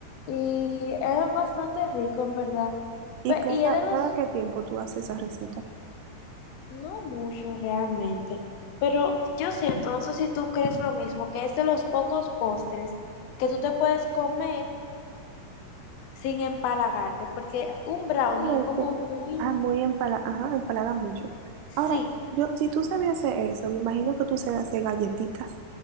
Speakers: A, on the left (about 65°); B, on the right (about 80°).
A: y es bastante rico en verdad.
B: ¿Y
A: Pe-
B: cada,
A: y es de los,
B: cada qué tiempo tú haces esa receta?
A: no mucho realmente, pero yo siento, no sé si tú crees lo mismo, que es de los pocos postres que tú te puedes comer sin empalagarte, porque un brownie
B: Este,
A: es como muy,
B: Ah, muy empala ajá, empalaga mucho.
A: sí,
B: Ahora, yo, si tú sabías hacer eso, me imagino que tú sabes hacer galletitas